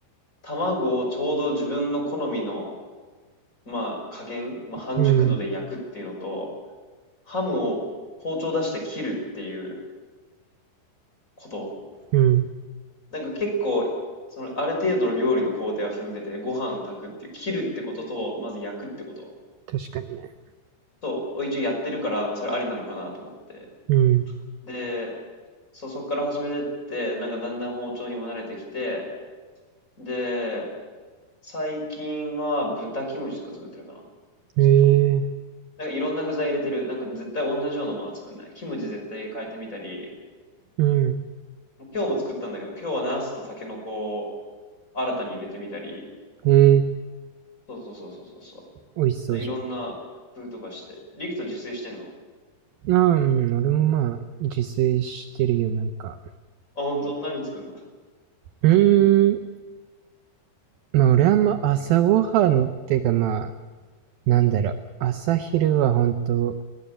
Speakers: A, on the left; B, on the right.
A: 卵をちょうど自分の好みの、まあ加減、まあ半熟度で焼くっていうのと、
B: うん、
A: ハムを包丁出して切るっていうこと。
B: うん。
A: なんか結構、その、ある程度の料理の工程は踏んでて、ご飯炊くっていう、切るってことと、まず焼くってこと。
B: 確かにね。
A: と、一応やってるから、まあそれありなのかなと思って。
B: うん。
A: で、そう、そっから始めてって、なんかだんだん包丁にも慣れてきて、で、最近は豚キムチとか作ってるかな。
B: へ
A: ずっと。
B: え
A: なんかいろんな具材入れてる。なんか絶対同じようなものは作んない。キムチ絶対変えてみたり、
B: ー、う
A: 今日も作ったんだけど、今日はナスとタケノコ新たに入れてみたり、
B: ん。へえー、
A: そうそうそうそうそうそ
B: 美味しそうじゃん。
A: う。でいろんな工夫とかして。リクト自炊してんの
B: ああ、うん、俺もまあ、自炊してるよ、なんか。
A: あ、本当何作んの
B: うーん、まあ俺はあんま朝ごはんってかまあ、なんだろう、朝昼は本当、